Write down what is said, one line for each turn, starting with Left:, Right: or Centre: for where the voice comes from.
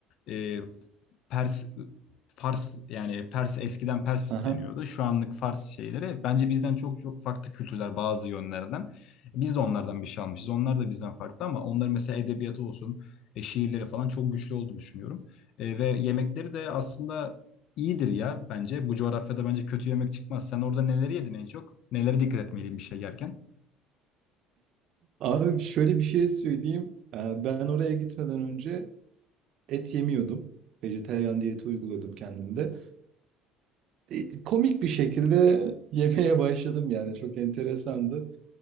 Left: e, Pers Fars yani Pers eskiden Pers
Right: Aha.
Left: deniyordu. Şu anlık Fars şeyleri bence bizden çok çok farklı kültürler bazı yönlerden. Biz de onlardan bir şey almışız. Onlar da bizden farklı ama onların mesela edebiyatı olsun, e, şiirleri falan çok güçlü olduğunu düşünüyorum. E, ve yemekleri de aslında iyidir ya bence. Bu coğrafyada bence kötü yemek çıkmaz. Sen orada neleri yedin en çok? Nelere dikkat etmeliyim bir şey yerken?
Right: Abi şöyle bir şey söyleyeyim. Ee, Ben oraya gitmeden önce Et yemiyordum. Vejetaryen diyeti uyguluyordum kendimde. E, komik bir şekilde <laughs> yemeye başladım yani çok enteresandı.